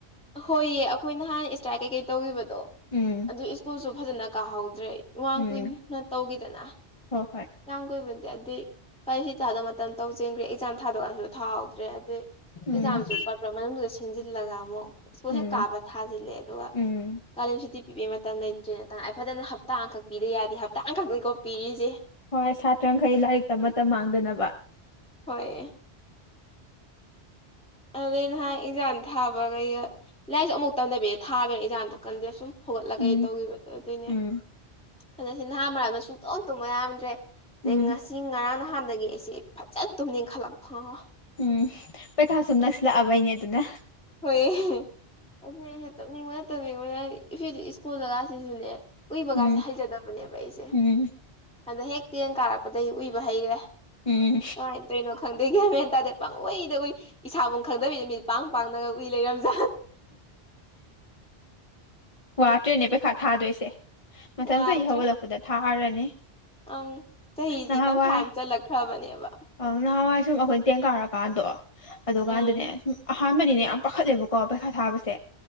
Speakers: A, in the centre; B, on the left.
A: ꯍꯣꯏꯌꯦ ꯑꯩꯈꯣꯏ ꯅꯍꯥꯟ ꯏꯁꯇ꯭ꯔꯥꯏꯛ ꯀꯩꯀꯩ ꯇꯧꯈꯤꯕꯗꯣ
B: ꯎꯝ
A: ꯑꯗꯨ ꯁ꯭ꯀꯨꯜꯁꯨ ꯐꯖꯅ ꯀꯥꯍꯧꯗ꯭ꯔꯦ ꯏꯃꯥꯡ
B: ꯎꯝ
A: ꯀꯨꯏꯅ ꯇꯧꯈꯤꯗꯅ
B: ꯍꯣꯏ ꯍꯣꯏ
A: ꯌꯥꯝ ꯀꯨꯏꯕꯅꯗꯤ ꯑꯗꯨꯗ ꯀꯔꯤ ꯍꯇꯥꯥꯗ ꯃꯇꯝ ꯇꯧꯖꯦꯟꯈ꯭ꯔꯦ ꯑꯦꯛꯖꯥꯝ ꯊꯥꯗꯣꯛꯑꯥꯟꯁꯨ ꯊꯥꯍꯧꯗ꯭ꯔꯦ ꯑꯗꯨꯗꯩ
B: ꯎꯝ
A: ꯑꯦꯛꯖꯥꯝꯁꯨ ꯄꯛꯄ꯭ꯔꯥ ꯃꯅꯨꯡꯗꯨꯗ ꯁꯤꯟꯖꯤꯜꯂꯒ ꯑꯃꯨꯛ ꯁ꯭ꯀꯨꯜ
B: ꯎꯝ
A: ꯍꯦꯛ ꯀꯥꯕ ꯊꯥꯖꯤꯜꯂꯦ ꯑꯗꯨꯒ
B: ꯎꯝ
A: ꯀꯥꯂꯦꯟ ꯁꯨꯇꯤ ꯄꯤꯕꯤꯒꯤ ꯃꯇꯝ ꯂꯩꯇ꯭ꯔꯦꯅ ꯇꯉꯥꯏ ꯐꯗꯅ ꯍꯞꯇꯥ ꯑꯃꯈꯛ ꯄꯤꯗ ꯌꯥꯦ ꯍꯞꯇꯥ ꯑꯃꯈꯛꯇꯀꯣ ꯄꯤꯔꯤꯁꯦ
B: ꯍꯣꯏ ꯁꯥꯇ꯭ꯔꯈꯩ ꯂꯥꯏꯔꯤꯛꯇ ꯑꯃꯠꯇ ꯃꯥꯡꯗꯅꯕ
A: ꯍꯣꯏ ꯑꯗꯨꯗꯩ ꯅ ꯍꯥꯏ ꯏꯟꯖꯥꯡ ꯊꯥꯕꯈꯩꯗ ꯂꯥꯏꯔꯤꯛꯁꯨ ꯑꯃꯨꯛ ꯇꯝꯗꯕꯤꯗ ꯊꯥꯕ꯭ꯔꯅꯤ ꯏꯟꯖꯥꯡꯗꯣ ꯀꯟꯗꯦ ꯑꯁꯨꯝ ꯍꯧꯒꯠꯂꯀꯩ
B: ꯎꯝ
A: ꯇꯧꯈꯤꯕꯗꯣ ꯑꯗꯨꯏꯅꯦ
B: ꯎꯝ
A: ꯑꯗ ꯁꯤ ꯅꯍꯥ ꯃꯔꯜꯗ ꯁꯨꯡꯇꯣꯛ ꯇꯨꯝꯕ ꯌꯥꯝꯗ꯭ꯔꯦ ꯑꯗꯩ
B: ꯎꯝ
A: ꯉꯁꯤ ꯉꯔꯥꯡ ꯅꯍꯥꯟꯗꯒꯤ ꯑꯩꯁꯦ ꯐꯖꯅ ꯇꯨꯝꯅꯤꯡꯈꯠꯂꯛꯄ ꯈꯪꯉꯑꯣ
B: ꯎꯝ ꯄꯩꯈꯥ ꯁꯨꯝ ꯅꯁꯤꯜꯂꯛꯑꯕꯩꯅꯦ ꯑꯗꯨꯅ
A: ꯍꯣꯏ ꯑꯗꯨ ꯑꯩꯁꯨꯦ ꯇꯧꯅꯤꯡꯕꯅ ꯇꯧꯅꯤꯡꯕꯅꯦ ꯏꯦꯗꯤ ꯏꯁꯀꯨꯜꯂꯒꯁꯤꯁꯨꯅꯦ ꯎꯏꯕꯒꯥꯁꯦ
B: ꯎꯝ
A: ꯍꯩꯖꯗꯕꯅꯦꯕ ꯑꯩꯁꯦ
B: ꯎꯝ
A: ꯍꯟꯗꯛ ꯍꯦꯛ ꯇꯦꯟ ꯀꯥꯔꯛꯄꯗꯒꯤꯩ ꯎꯏꯕ ꯍꯩꯈ꯭ꯔꯦ
B: ꯎꯝ
A: ꯀꯃꯥꯏꯅ ꯇꯔꯤꯅꯣ ꯈꯪꯗꯦꯒꯦ ꯍꯥꯏꯕ ꯍꯥꯏꯟꯇꯥꯔꯦꯗꯤ ꯄꯥꯡꯂꯏꯗ ꯑꯩꯏ ꯏꯁꯥꯕꯨ ꯈꯪꯗꯕꯤꯗ ꯃꯤ ꯄꯥꯡ ꯄꯤ ꯂꯩꯔꯝꯖꯦ
B: ꯋꯥꯠꯇ꯭ꯔꯦꯅꯦ ꯄꯩꯈꯥ ꯊꯥꯗꯣꯏꯁꯦ ꯃꯊꯪ
A: ꯋꯥꯗ꯭ꯔꯦ
B: ꯆꯍꯤ ꯍꯧꯒꯠꯂꯛꯄꯗ ꯊꯥꯔꯅꯤ
A: ꯑꯪ ꯆꯍꯤꯁꯤ
B: ꯅꯍꯥꯟꯋꯥꯏ
A: ꯇꯪꯈꯥꯏ ꯑꯃ ꯆꯜꯂꯛꯈ꯭ꯔꯕꯅꯦꯕ
B: ꯑ ꯅꯍꯥꯟꯋꯥꯏ ꯁꯨꯝ ꯑꯩꯈꯣꯏꯅ ꯇꯦꯟ ꯀꯥꯔꯀꯥꯟꯗꯣ ꯑꯗꯨꯀꯥꯟꯗꯅꯦ
A: ꯎꯝ
B: ꯁꯨꯝ ꯑꯍꯥꯟꯕꯅꯤꯅꯦ ꯌꯥꯝ ꯄꯥꯈꯠꯂꯦꯕꯀꯣ ꯄꯩꯁꯥ ꯊꯥꯕꯁꯦ